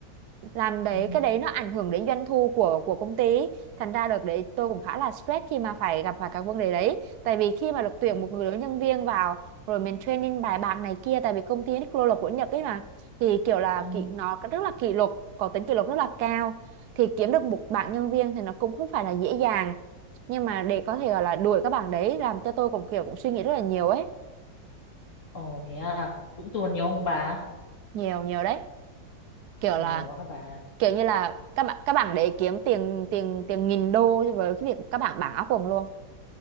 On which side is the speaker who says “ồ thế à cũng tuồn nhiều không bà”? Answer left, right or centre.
Left